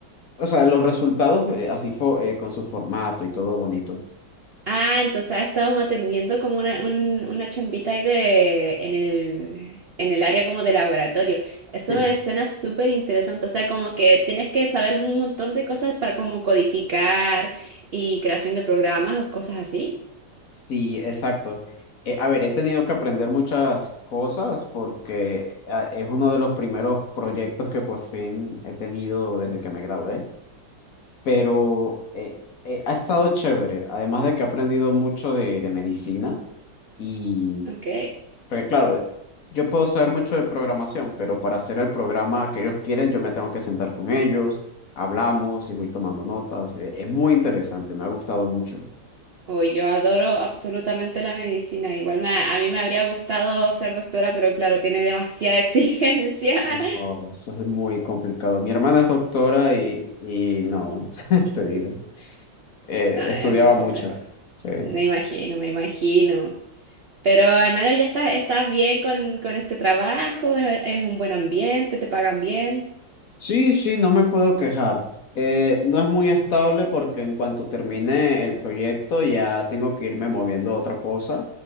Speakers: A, on the left; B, on the right.
A: o sea, los resultados eh, así fo- eh, con su formato y todo bonito.
B: Ah, entonces has atendiendo como una, un- una chambita ahí de, en el, en el área como de laboratorio.
A: <laughs>
B: Eso me suena súper interesante. O sea, como que tienes que saber un montón de cosas para como codificar y creación de programas o cosas así.
A: Sí, exacto. Eh, a ver, he tenido que aprender muchas cosas porque ah, es uno de los primeros proyectos que por fin he tenido desde que me gradué, pero eh, eh, ha estado chévere, además de que he aprendido mucho de, de medicina Y,
B: Ok.
A: porque claro, yo puedo saber mucho de programación, pero para hacer el programa que ellos quieren, yo me tengo que sentar con ellos, hablamos y voy tomando notas. E- Es muy interesante, me ha gustado mucho.
B: Uy, yo adoro absolutamente la medicina. Igual me- a mí me habría gustado ser doctora, pero claro, tiene demasiada <laughs> exigencia.
A: No, eso es muy complicado. Mi hermana es doctora y, y no, <laughs> te digo, eh,
B: No,
A: estudiaba
B: es muy complejo.
A: mucho. Sí.
B: Me imagino, me imagino. Pero al menos ya estás, estás bien con, con este trabajo, es, es un buen ambiente, te pagan bien.
A: Sí, sí, no me puedo quejar. Eh, no es muy estable porque en cuanto termine el proyecto ya tengo que irme moviendo a otra cosa,